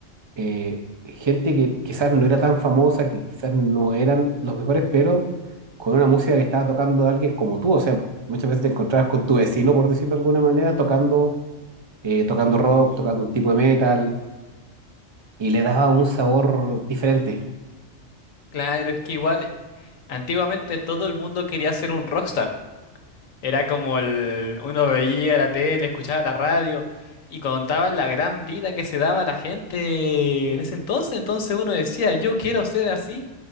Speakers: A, on the right; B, on the left.
A: eh, gente que quizás no era tan famosa, que quizás no eran los mejores, pero con una música que estaba tocando alguien como tú. O sea, muchas veces te encontrabas con tu vecino, por decirlo de alguna manera, tocando, eh, tocando rock, tocando un tipo de metal, y le daba un sabor diferente.
B: Claro, es que igual antiguamente todo el mundo quería ser un rockstar. Era como el uno veía la tele, escuchaba la radio y contaban la gran vida que se daba a la gente en ese entonces. Entonces uno decía, yo quiero ser así.